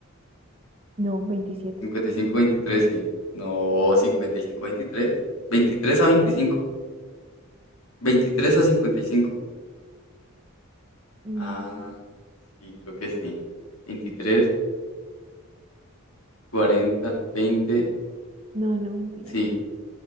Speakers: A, on the right (about 30°); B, on the left (about 90°).
A: No, veintisiete,
B: 55, 23, sí. No, 55, 23, 23 a 25, 23 a 55.
A: Mm,
B: Ah, sí, creo que sí. 23, 40, 20,
A: no, no, mentiras,
B: sí.
A: no.